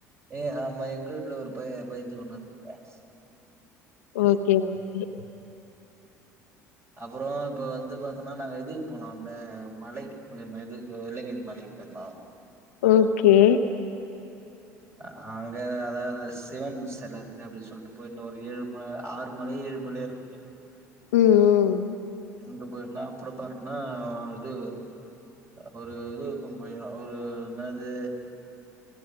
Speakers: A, on the right; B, on the left.
A: ஏ ஆமா எங்க வீட்ல ஒரு பைய பைத்திய ஒன்னு இரு <inaudible>
B: ஓக் கே ஓகே
A: அப்றோ இப்ப வந்து பாத் அப்பறன்னா நாங்க எதுக்கு போனோம் அந்த மலைக்கு போயிருந்தோ இது வெள்ளங்கிரி மலைக்கு போயிருந்தோ
B: ஓகே
A: ஆ அங்க அதாவது சிவன் செல இருக்கு அப்டின்னு சொல்ட்டு போய் இருந்தோ ஒரு ஏழு மல ஆறு மலயோ ஏழு மலயோ இருக்கு
B: உம் உம்
A: உண்ட்டு போய் நா அப்பற பாத்தேன்னா இது ஒரு இதுக்கு போய் ஒரு என்னாது